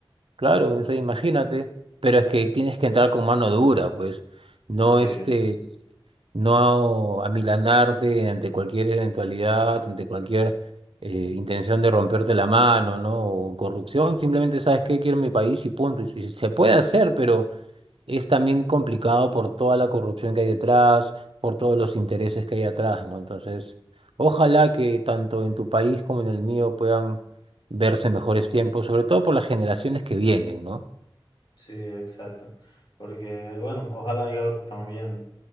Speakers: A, on the right; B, on the left.
A: claro, o sea, imagínate, pero es que tienes que entrar con mano dura, pues, no
B: Sí.
A: este, no amilanarte ante cualquier eventualidad, ante cualquier eh, intención de romperte la mano, ¿no? O corrupción, simplemente sabes que quiero mi país y punto. Y si- se puede hacer, pero es también complicado por toda la corrupción que hay detrás, por todos los intereses que hay atrás, ¿no? Entonces, ojalá que tanto en tu país como en el mío puedan verse mejores tiempos, sobre todo por las generaciones que vienen, ¿no?
B: Sí, exacto. Porque, bueno, ojalá yo también